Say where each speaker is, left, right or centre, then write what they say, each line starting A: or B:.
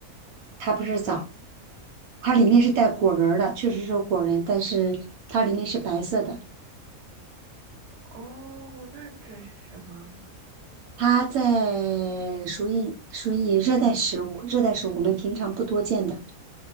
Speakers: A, on the right; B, on the right.
A: 它不是枣，它里面是带果仁儿的，确实是有果仁，但是它里面是白色的。
B: 哦，那这是什么呢？
A: 它在属于属于热带食物，热带食物我们平常不多见的。